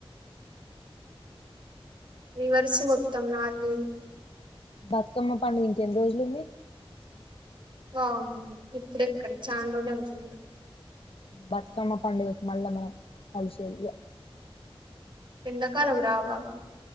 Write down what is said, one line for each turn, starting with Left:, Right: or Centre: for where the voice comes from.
Right: రివర్స్ మొత్తం నాది నీది
Left: బతుకమ్మ పండుగ ఇంకెన్ని రోజులుంది
Right: అవును ఇప్పుడు ఇక్కడ చాండోలు అంది
Left: బతుకమ్మ పండుగకు మల్ల కలిసే విధంగా
Right: ఎందకాలం రావా